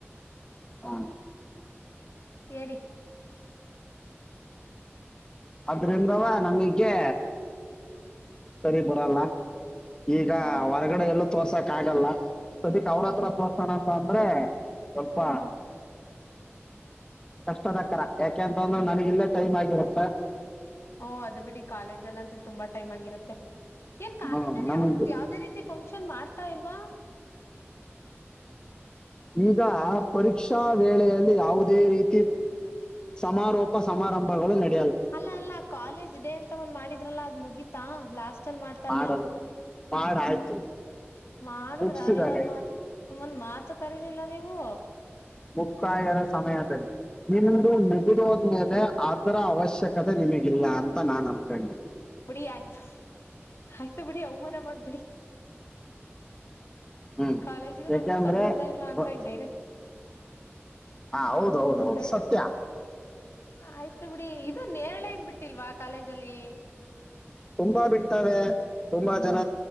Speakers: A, on the left; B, on the left.
A: ಹಾ
B: ಹೇಳಿ
A: ಅದ್ರಿಂದವ ನಮಗೆ ಸರಿ ಬರಲ್ಲ ಈಗ
B: ಹಾ
A: ಹೊರಗಡೆ ಎಲ್ಲ ತೋರ್ಸಾಕ್ ಆಗಲ್ಲ ಪ್ರತಿಕ್ ಅವ್ರತ್ರ ಸೋತ್ಸೋಣ ಅಂತ ಅಂದ್ರೆ ಸ್ವಲ್ಪ
B: ಹಾ
A: ಕಷ್ಟದಕ್ಕರ ಯಾಕೆಂತಂದ್ರೆ ನನಗ ಇಲ್ಲೇ ಟೈಮ್ ಆಗಿರತ್ತ
B: ಓ ಅದು ಬಿಡಿ ಕಾಲೇಜಲ್ಲ ಅಂತ ತುಂಬಾ ಟೈಮ್ ಆಗಿರುತ್ತೆ ಏನ್ ಕಾಲೇಜಲ್ಲಿ
A: ಹ ನಮಗ್
B: ಯಾವ್ದ್ ಯಾವ್ದೇ ರೀತಿ ಫಂಕ್ಷನ್ ಮಾಡ್ತಾ ಇಲ್ವಾ
A: ಈಗ ಪರೀಕ್ಷಾ ವೇಳೆಯಲ್ಲಿ ಯಾವುದೇ ರೀತಿ ಸಮಾರೋಪ ಸಮಾರಂಭಗಳು ನಡೆ
B: ಅಲ್ಲ ಅಲ್ಲ ಕಾಲೇಜ್ ಡೇ ಅಂತ ಒಂದ್ ಮಾಡಿದ್ರಲ್ಲ ಅದ್ ಮುಗಿ ತಾ ಲಾಸ್ ಮಾಡ್ತಾರಲ್ಲ
A: ಮಾಡೋದು ಮಾಡ ಆಯ್ತು
B: ಮಾಡುದ್ರ
A: ಮುಗಿಸಿದ್ದಾರೆ
B: ನೀವೊಂದ್ ಮಾತ್ ಒಂದ್ ಮಾತು ಕರಿ ಲ್ಲ ನೀವು
A: ಮುಕ್ತಾಯದ ಸಮಯದಲ್ಲಿ ನಿಮ್ದ ಮುಗಿದುವದ್ಮೇಲೆ ಅದರ ಅವಶ್ಯಕತೆ ನಿಮಗಿಲ್ಲ ಅಂತ ನಾನ ಅನ್ಕೊಂಡೆನಿ
B: ಬಿಡಿ ಆಯ್ತು ಆಯ್ತು ಬಿಡಿ ಅವಮಾನ ಮಾಡ್ಬಿಡಿ
A: ಹ್ಮ್
B: ಕಾಲೇಜ್ಗೂ ನಮ್ಗೂ
A: ಏಕೆಂದ್ರೆ
B: ಸಂಬಂಧ ಇಲ್ಲ ಅಂತ
A: ಹ
B: ಡೈರೆಕ್ಟ್
A: ಹೌದ ಹೌದ ಹೌದು
B: ದೆ
A: ಸತ್ಯ
B: ಆಯ್ತು ಬಿಡಿ ಇದು ನೇರಳ ಹಣ್ಣ ಬಿಟ್ಟಿಲ್ವಾ ಕಾಲೇಜಲ್ಲಿ
A: ತುಂಬಾ ಬಿಡ್ತಾರೆ ತುಂಬಾ ಜನ